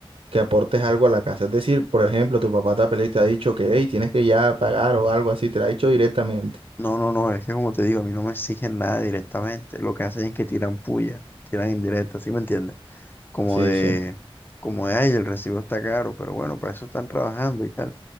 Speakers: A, on the right; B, on the left.
A: que aportes algo a la casa? Es decir, por ejemplo, tu papá te ha peleado y te ha dicho que, hey, tienes que ya pagar o algo así, te lo ha dicho directamente.
B: No, no, no, es que como te digo, a mí no me exigen nada directamente. Lo que hacen es que tiran puya, tiran indirecta, ¿sí me entiendes? Como
A: Sí,
B: de,
A: sí,
B: como de, ay, el recibo está caro, pero bueno, para eso están trabajando y tal.